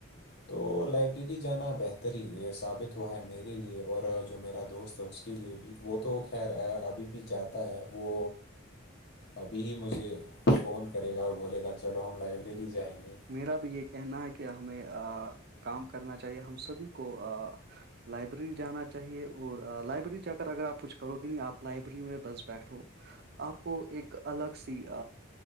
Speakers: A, on the left (about 55°); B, on the right (about 50°).
A: تو لائبریری جانا بہتر بہتری ثابت ہوا ہے میرے لیے اور جو میرا دوست ہے اس کے لیے بھی وہ تو خیر ابھی بھی چاتا ہے وہ ابھی ہی مجھے فون کرے گا اور بولے گا چلو ہم لائبریری جائیں گے
B: میرا بھی یہ کہنا ہے کہ ہمیں کام کرنا چاہیے ہم سبھی کو لائبریری جانا چاہیے اور لائبریری جا کر اگر آپ کچھ کرو گے نہیں آپ لائبریری میں بس بیٹھو آپ کو ایک الگ سی